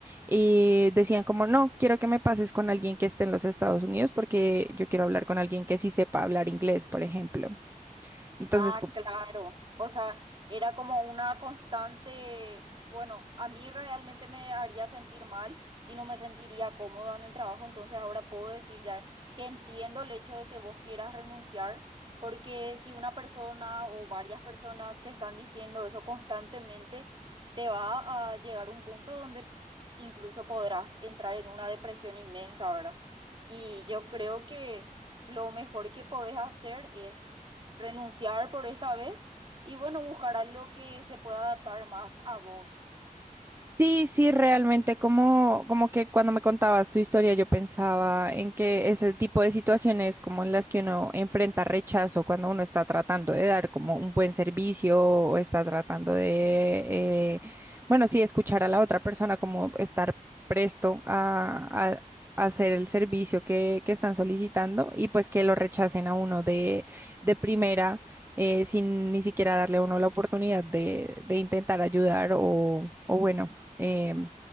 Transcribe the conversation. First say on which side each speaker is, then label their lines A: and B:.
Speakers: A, on the right (about 15°); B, on the right (about 35°).
A: Y decían como, no, quiero que me pases con alguien que esté en los Estados Unidos porque yo quiero hablar con alguien que sí sepa hablar inglés, por ejemplo. Entonces,
B: Ah, claro. O sea, era como una constante, bueno, a mí realmente me haría sentir mal y no me sentiría cómoda en el trabajo, entonces ahora puedo decir ya que entiendo el hecho de que vos quieras renunciar, porque si una persona o varias personas te están diciendo eso constantemente, te va a llegar un punto donde incluso podrás entrar en una depresión inmensa, ¿verdad? Y yo creo que lo mejor que podés hacer es renunciar por esta vez y bueno, buscar algo que se pueda adaptar más a vos.
A: Sí, sí, realmente como, como que cuando me contabas tu historia yo pensaba en que ese tipo de situaciones como en las que uno enfrenta rechazo cuando uno está tratando de dar como un buen servicio o está tratando de, eh, bueno, sí, escuchar a la otra persona como estar presto a, a a hacer el servicio que, que están solicitando y pues que lo rechacen a uno de, de primera eh, sin ni siquiera darle a uno la oportunidad de, de intentar ayudar o, o bueno em,